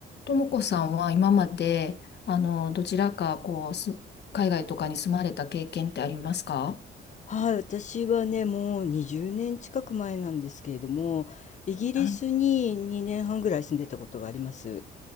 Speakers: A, on the left; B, on the left.
A: ともこさんは今まで、あの、どちらか、こう、す、海外とかに住まれた経験ってありますか
B: はい、私はね、もう20年近く前なんですけれども、イギリスに2年半ぐらい住んでたことがあります。
A: はい。